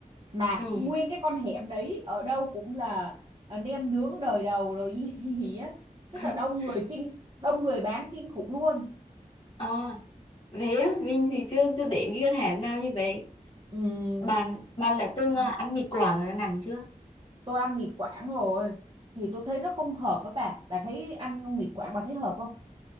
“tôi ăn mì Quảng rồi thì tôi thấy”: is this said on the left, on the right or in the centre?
Right